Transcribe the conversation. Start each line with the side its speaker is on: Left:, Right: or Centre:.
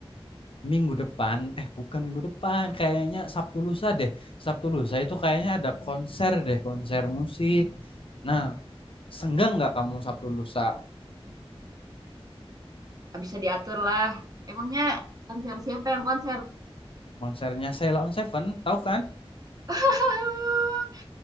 Left: minggu depan, eh bukan minggu depan, kayaknya Sabtu lusa deh. Sabtu lusa itu kayaknya ada konser deh, konser musik. Nah, senggang nggak kamu Sabtu lusa
Right: Gak bisa diatur lah. Emangnya konser siapa yang konser?
Left: konsernya Sheila on Seven, tahu kan?
Right: <laughs>